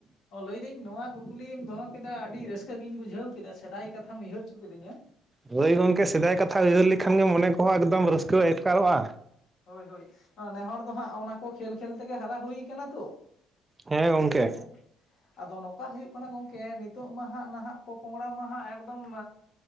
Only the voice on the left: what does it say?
ᱚ ᱞᱟᱹᱭ ᱫᱟᱹᱧ ᱱᱚᱣᱟ ᱠᱩᱠᱞᱤᱢ ᱫᱚᱦᱚ ᱠᱮᱫᱟ ᱟᱹᱰᱤ ᱨᱟᱹᱥᱠᱟᱹ ᱜᱤᱧ ᱵᱩᱡᱷᱟᱹᱣ ᱠᱮᱫᱟ ᱥᱮᱫᱟᱭ ᱠᱟᱛᱷᱟᱢ ᱩᱭᱦᱟᱹᱨ ᱪᱚ ᱠᱤᱫᱤᱧᱟᱹ᱾
ᱦᱳᱭ ᱦᱳᱭ ᱱᱮᱦᱚᱲ ᱫᱚ ᱦᱟᱸᱜ ᱚᱱᱟ ᱠᱚ ᱠᱷᱮᱞ ᱠᱷᱮᱞ ᱛᱮᱜᱮ ᱦᱟᱨᱟ ᱦᱩᱭ ᱠᱟᱱᱟ ᱛᱚ᱾
ᱦᱮᱸ᱾ ᱟᱫᱚ ᱱᱚᱠᱟ ᱦᱩᱭᱩᱜ ᱠᱟᱱᱟ ᱜᱚᱝᱠᱮ ᱱᱤᱛᱳᱜ ᱢᱟᱦᱟᱸᱜ ᱱᱟᱦᱟᱸᱜ ᱯᱚᱯᱚᱝᱲᱟ ᱢᱟᱦᱟᱸᱜ ᱮᱠᱫᱚᱢ